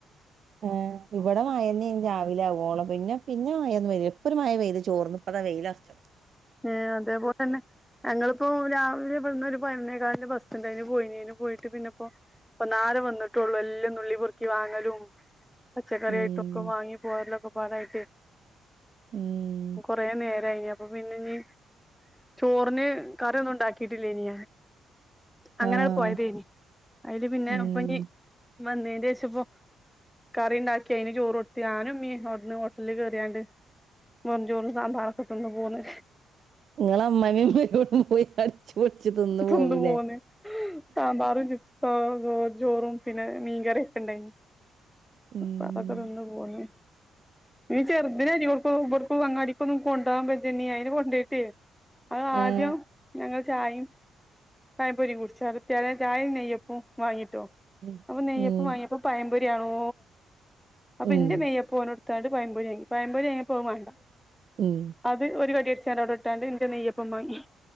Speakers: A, on the right (about 60°); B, in the centre.
A: ഏ ഇവിടെ മായന്നായ്ന് രാവിലാവോള പിന്നെ പിന്നെ മായന്നും പെയ്തില ഇപ്പൊരുമയ പെയ്തു ചോർന്ന് വെയിലർഅച്ചണം
B: ഏ അതേപോലെ തന്നെ ഞങ്ങളിപ്പോ രാവിലെ ഇവിട്ന്നൊരു പ ബസ്ന്റെന് പോയിന് പോയിട്ട് പിന്നെപ്പോ ഇപ്പന്നാരെ വന്നിട്ടേള്ളൂ എല്ലാം നുള്ളി പ്പെർക്കി വാങ്ങലും പച്ചക്കറായിട്ടൊക്കെ
A: ഉം
B: വാങ്ങി പോകതിലൊക്കെ പാടായിട്ട്
A: ഉം
B: കൊറേനേര കഴഞ്ഞപ്പൊ പിന്നെനി ചോറിന് കറിയൊന്നും ഉണ്ടാക്കിട്ടില്ലേയ്നി അങ്ങനാട്ട്
A: ആഹ്
B: പോയതേനി അതില് പിന്നെ
A: ഉം
B: അപ്പനി വന്നേന്റെ പ്പോ കറി ഉണ്ടാക്കിയ്നി ചോറ് കൊടുത്തി ആനും ഉമ്മിം അവിടുന്ന് ഹോട്ടലിൽ കയറിയാണ്ട് മോന് ചോറ് സാമ്പാറൊക്കെത് ന്ന് പോന്ന്
A: നിങ്ങള അമ്മാവി മരുമോളും പോയി അടച്ച്പൊളിച്ചു തിന്നു
B: തിന്ന്
A: പോന്ന്‌ലേ
B: പോന്ന് സാമ്പാറും ജിത്ത ചോറും പിന്നെ മീൻകറൊക്കെ ണ്ടായിന്
A: ഉം
B: അപ്പൊതൊക്കെ തിന്ന് പോന്ന് നീ ചെറുദിനെ ടിക്കും വ്ട്ക് അങ്ങാടിക്കൊന്നും കൊണ്ട നി അയിനെ കൊണ്ടോയിട്ടേ അത്
A: ആഹ്
B: ആദ്യം ഞങ്ങ ചായയും പയപൊരി കുടിച്ച അ തറെ ചായയും നെയ്യപ്പ വാങ്ങിട്ടോ
A: ഉം
B: അപ്പൊ നെയ്യപ്പ
A: ഉം
B: വാങ്ങിയപ്പ പയംമ്പൊരിയാണോ അപ്പൊ
A: ഉം
B: എന്റെ നെയ്യപ്പ നടുത്ത് ത്താണ്ട് പയമ്പൊരിയാങ്ങി പയമ്പോഴി വാങ്ങിപ്പോ ഓന് വാണ്ട
A: ഉം
B: അത് ഒരു കടിയടചാണ്ട് അവിടെട്ടാണ്ട് എന്റെ നെയ്യപ്പംവാങ്ങി